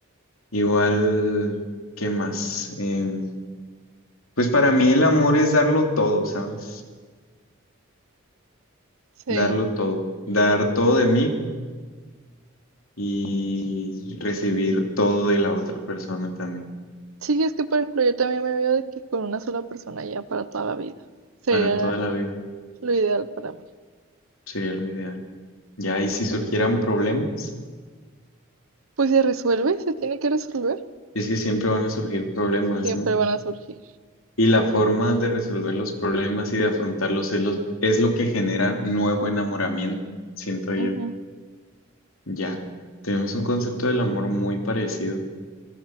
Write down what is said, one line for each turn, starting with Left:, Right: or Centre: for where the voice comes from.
Left: Igual, ¿qué más? Em, pues para mí el amor es darlo todo, ¿sabes?
Right: sí.
Left: Darlo todo, dar todo de mí y recibir todo de la otra persona también,
Right: Sí, es que por ejemplo yo también me veo de que con una sola persona ya para toda la vida. Sería
Left: para toda la vida,
Right: lo ideal para mí.
Left: sería lo ideal. Ya, y si surgieran problemas,
Right: Pues se resuelve, se tiene que resolver.
Left: es que siempre van a surgir problemas,
Right: Siempre
Left: ¿no?
Right: van a surgir.
Left: Y la forma de resolver los problemas y de afrontarlos es, los, es lo que genera nuevo enamoramiento, siento
Right: Ujú.
Left: yo. Ya, tenemos un concepto del amor muy parecido.